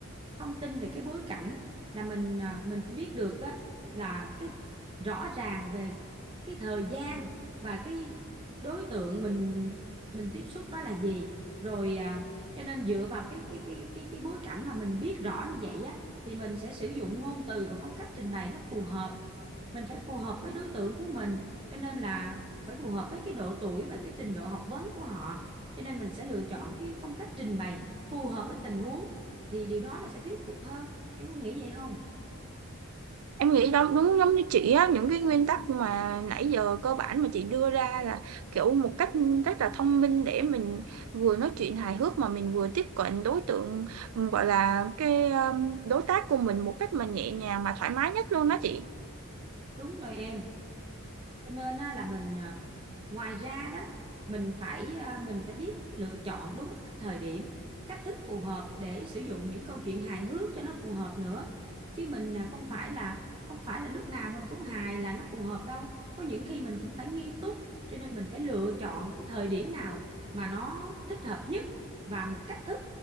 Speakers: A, on the right (about 25°); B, on the right (about 80°).
A: thông tin về cái bối cảnh là mình à, mình phải biết được á là cái rõ ràng về cái thời gian và cái đối tượng mình mình tiếp xúc đó là gì rồi à, cho nên dựa vào cái cái cái cái cái bối cảnh mà mình biết rõ như vậy á thì mình sẽ sử dụng ngôn từ và phong cách trình bày nó phù hợp mình phải phù hợp với đối tượng của mình cho nên là phải phù hợp với cái độ tuổi và cái trình độ học vấn của họ cho nên mình sẽ lựa chọn cái phong cách trình bày phù hợp với tình huống thì điều đó nó sẽ thuyết phục hơn, em có nghĩ vậy không
B: Em nghĩ đó đúng giống như chị á, những cái nguyên tắc mà nãy giờ cơ bản mà chị đưa ra là kiểu một cách rất là thông minh để mình vừa nói chuyện hài hước mà mình vừa tiếp cận đối tượng gọi là cái um, đối tác của mình một cách mà nhẹ nhàng mà thoải mái nhất luôn đó chị.
A: Đúng rồi em. cho nên á, là mình à, ngoài ra đó mình phải à, mình phải biết lựa chọn đúng cái thời điểm cách thức phù hợp để sử dụng những câu chuyện hài hước cho nó phù hợp nữa chứ mình à, không phải là không phải là lúc nào mình cũng hài là nó phù hợp đâu có những khi mình cũng phải nghiêm túc cho nên mình phải lựa chọn cái thời điểm nào mà nó thích hợp nhất và một cách thức